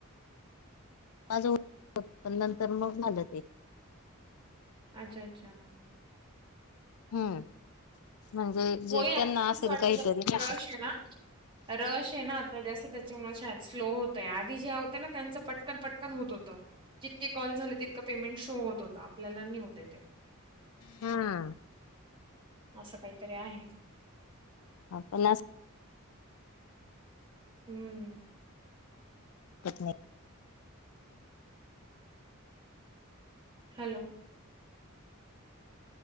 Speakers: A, on the left; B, on the right.
A: माझ पण नंतर मग झालं ते.
B: अच्छा! अच्छा!
A: हम्म म्हणजे. जे
B: होय आता
A: त्यांना
B: म
A: असेल
B: असं वाटतं
A: काहीतरी
B: जास्त
A: नाही
B: प्रवाशी
A: का.
B: आहे ना. रश आहे ना आता जसं त्याच्यामुळे श स्लो होतय आधी जे होत ना त्यांचं पटकन पटकन होत होतं. जितके कॉल झाले तितकं पेमेंट शो होत होता आपल्याला न होते ते.
A: हम्म
B: असं काहीतरी आहे.
A: आपण अस-
B: हम्म.
A: <unintelligible>
B: हॅलो.